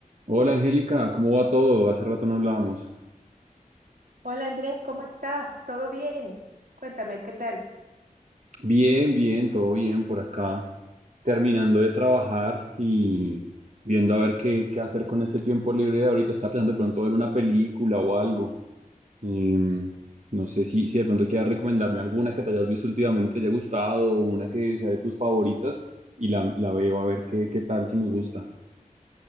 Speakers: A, on the right; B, on the right.
A: Hola Angélica, ¿cómo va todo? Hace rato no hablábamos.
B: Hola Andrés, ¿cómo estás? ¿Todo bien? Cuéntame, ¿qué tal?
A: Bien, bien, todo bien por acá. Terminando de trabajar y viendo a ver qué, qué hacer con ese tiempo libre de ahorita. Estaba pensando de pronto ver una película o algo. Em, no sé si, si de pronto quieras recomendarme alguna que te hayas visto últimamente, te haya gustado, o una que sea de tus favoritas y la, la veo a ver qué, qué tal, si me gusta.